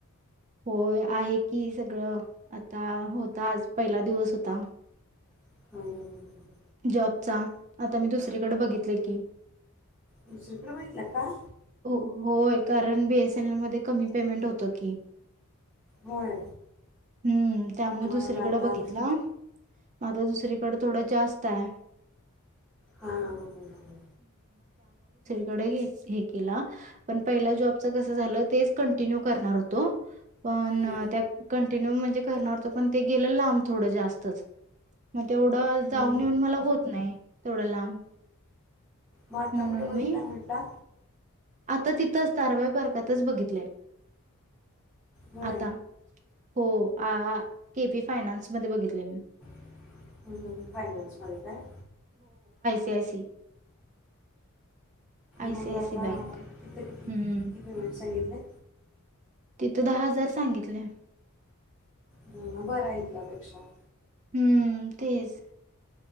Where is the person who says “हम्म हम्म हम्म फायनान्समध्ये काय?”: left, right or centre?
Centre